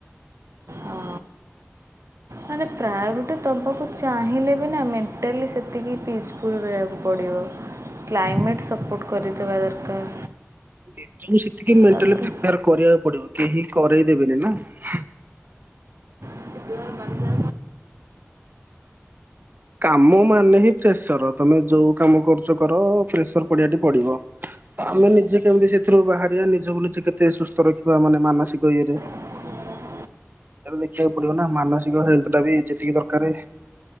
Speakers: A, on the right (about 85°); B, on the right (about 45°).
A: ହଁ। ମାନେ ପ୍ରାୟରୁଟି ଦବାକୁ ଚାହିଁଲେ ବି ନା ମେଣ୍ଟାଲି ସେତିକି ପିସଫୁଲ ରହିବାକୁ ପଡ଼ିବ। କ୍ଲାଇମେଟ୍ ସପୋର୍ଟ କରିଥୁବା ଦରକାର।
B: ନିଜକୁ ସେତିକି ମେଣ୍ଟାଲି
A: ତାପରେ
B: ପ୍ରିପେୟାର କରିବାକୁ ପଡ଼ିବ କେହି କରେଇ ଦେବେନି ନା ହୁଁ।
A: ଦ ବ
B: କାମ ମାନେ ହିଁ ପ୍ରେସର ତମେ ଯୋଉ କାମ କରୁଛ କର ପ୍ରେସର ପଡ଼ିବା ଟି ପଡ଼ିବ। ତ ଆମେ ନିଜେ କେମିତି ସେଥିରୁ ବାହାରିବା ନିଜକୁ ନିଜେ କେତେ ସୁସ୍ଥ ରଖିବା ମାନେ ମାନସିକ ଇଏରେ।
A: ହୁଁ
B: ସେଟା ଦେଖିବାକୁ ପଡ଼ିବ ନା ମାନସିକ ହେଲ୍ଥ ଟା ବି ଯେତିକି ଦରକାରେ।